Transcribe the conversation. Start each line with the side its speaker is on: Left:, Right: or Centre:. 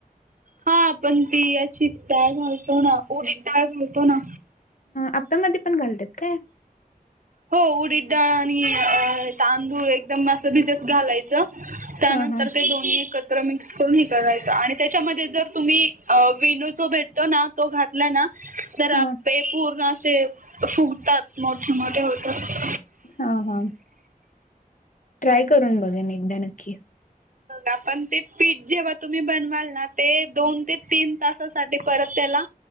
Right: हा आपण ती याची डाळ घालतो ना उडीद डाळ घालतो ना
Left: आप्पे मध्ये पण घालतात काय
Right: हो उडीद डाळ आणि अ तांदूळ एकदम मस्त भिजत घालायच त्यानंतर
Left: हा हा
Right: ते दोन्ही एकत्र मिक्स करून करायच आणि त्याच्यामध्ये जर तुम्ही अ विनू जो भेटतो ना तो घातला ना तर
Left: हा
Right: आपे पूर्ण असे फुगतात मोठे मोठे होत
Left: हा, हा, ट्राय करून बघेन एकदा नक्की
Right: आपण ते पीठ जेव्हा तुम्ही बनवाल ना ते दोन ते तीन तास त्या साठी परत त्याला